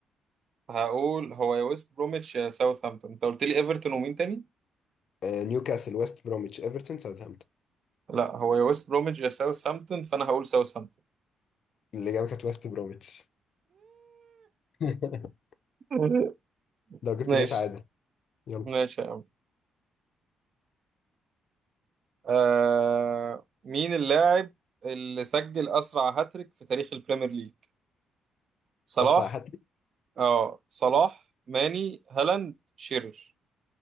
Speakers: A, on the right; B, on the left.
A: هقول هو يا ويست بروميتش يا ساوثهامبتون انت قلت لي ايفرتون ومين تاني
B: أه... نيوكاسل ويست بروميتش ايفرتون ساوثهامبتون
A: لا هو يا ويست بروميتش يا ساوثهامبتون فانا هقول ساوثهامبتون
B: الاجابه كانت ويست بروميتش <laughs>
A: <laughs>
B: لو جبت
A: ماشي
B: دي تعادل يلا
A: ماشي يا عم آه مين اللاعب اللي سجل أسرع هاتريك في تاريخ البريمير ليج صلاح
B: اسرع هات لي
A: اه صلاح ماني هالاند شيرر